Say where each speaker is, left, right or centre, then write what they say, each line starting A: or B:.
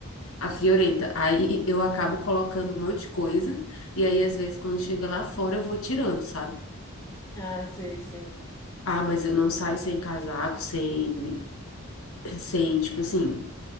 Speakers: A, on the left; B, on the left.
A: a friorenta, aí eu acabo colocando um monte de coisa. E aí, às vezes, quando chega lá fora, eu vou tirando, sabe?
B: Ah, sei, sei.
A: Ah, mas eu não saio sem casaco, sem, sem, tipo assim,